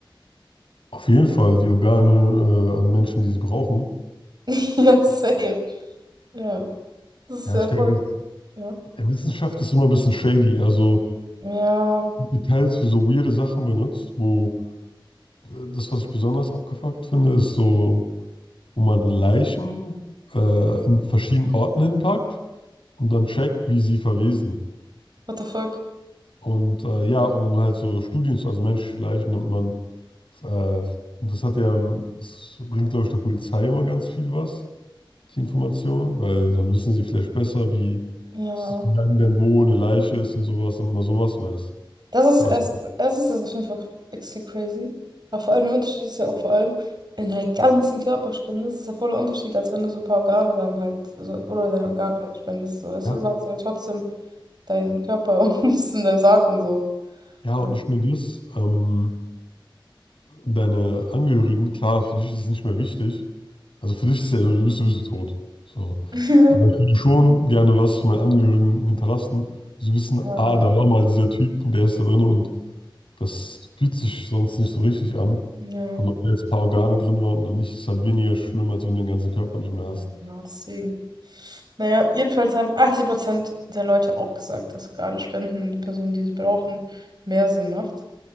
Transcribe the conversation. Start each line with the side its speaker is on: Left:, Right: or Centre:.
Left: Auf jeden Fall die Organe äh, an Menschen, die sie brauchen.
Right: <laughs> Ja, same. Ja, das ist
Left: Ja,
Right: ja
Left: ich denke,
Right: voll. Ja.
Left: der Wissenschaft ist immer ein bisschen shady. Also
Right: Ja,
Left: Details für so weirde Sachen benutzt, wo äh, das, was ich besonders abgefuckt finde, ist so, wo man Leichen äh, in verschiedenen Orten hinpackt und dann checkt, wie sie verwesen.
Right: what the fuck?
Left: Und äh, ja, um halt so Studien, zu- also menschliche Leichen nimmt man, äh, das hat ja, das bringt, glaube ich, der Polizei immer ganz viel was die Information, weil dann wissen sie vielleicht besser, wie,
Right: Ja.
Left: wie lange denn wo eine Leiche ist und sowas, und man sowas weiß.
Right: Das ist
Left: Weil
Right: erst,
Left: das,
Right: erstens ist das auf jeden Fall extrem crazy. Aber vor allem der Unterschied ist ja auch vor allem in deinen ganzen Körperspende. Das ist ja voller Unterschied, als wenn du so ein paar Organe dann halt, so, oder deine Organe halt spendest. So, weißt
Left: ja,
Right: du, du hast ja trotzdem deinen Körper <laughs> und bist in deinem Sarg und so.
Left: ja,
Right: Also,
Left: und nicht nur das, ähm, deine Angehörigen, klar, für dich ist es nicht mehr wichtig. Also für dich ist ja so, du bist sowieso tot. So.
Right: <laughs>
Left: Aber ich würde schon gerne was für meine Angehörigen hinterlassen. Sie wissen,
Right: ja,
Left: ah, da war mal dieser Typ und der ist da drin und das fühlt sich sonst nicht so richtig an.
Right: ja,
Left: Und ob da jetzt ein paar Organe drin waren oder nicht, ist halt weniger schlimm, als wenn du den ganzen Körper nicht mehr hast.
Right: genau, deswegen. Naja, jedenfalls haben 80% der Leute auch gesagt, dass Organe spenden und die Personen, die sie brauchen, mehr Sinn macht.